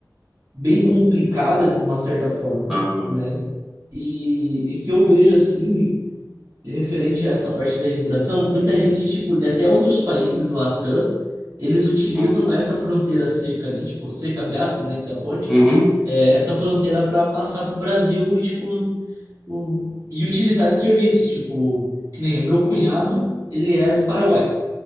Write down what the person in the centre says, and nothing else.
aham,
hum,
uhum,